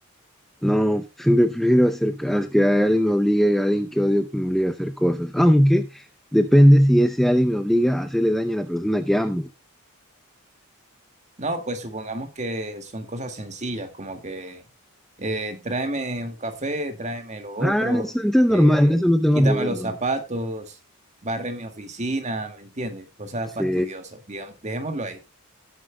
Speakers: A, in the centre; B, on the right.
A: No, siempre prefiero hacer a que alguien me obligue, a alguien que odio que me obligue a hacer cosas. Aunque depende si ese alguien me obliga a hacerle daño a la persona que amo.
B: no, pues supongamos que son cosas sencillas, como que eh, tráeme un café, tráeme lo otro,
A: Ah, eso entonces es
B: eh,
A: normal, eso no tengo
B: quítame
A: problema.
B: los zapatos, barre mi oficina, ¿me entiendes? Cosas
A: Sí,
B: fastidiosas, digamos, dejémoslo ahí.